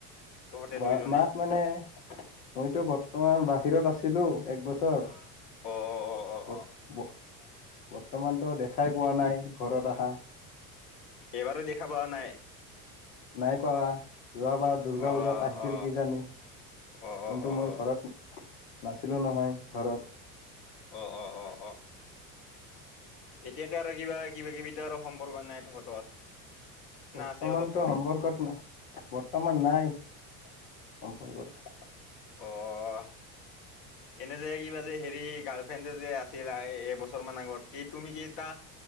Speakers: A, on the left; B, on the left.
A: তহঁতে
B: বা
A: দুইজনে
B: মাত মানে মইতো বৰ্তমান বাহিৰত আছিলো এক বছৰ।
A: অ অ অ অ অ
B: বৰ্তমানতো দেখাই পোৱা নাই ঘৰত অহা।
A: এইবাৰো দেখা পোৱা নাই?
B: নাই পা যোৱাবাৰ দুৰ্গা
A: অ
B: পূজাত আহিছিল।
A: অ
B: কিজানি কিন্তু
A: অ অ অ অ
B: মই ঘৰত নাছিলোঁ নহয় ঘৰত।
A: অ', অ', অ', অ'। এতিয়াতো আৰু কিবা কিবা কিবি আৰু সম্পৰ্ক নাই তহঁতৰ। না
B: বৰ্তমানতো
A: আছে অলপ চলপ
B: সম্পৰ্কত ন বৰ্তমান নাই সম্পৰ্কত।
A: অ'
B: <inaudible>
A: এনে যে কিবা যে হেৰি গাৰ্লফ্ৰেণ্ড যে আছিল এবছৰ মান আগত কি তুমি কি এটা।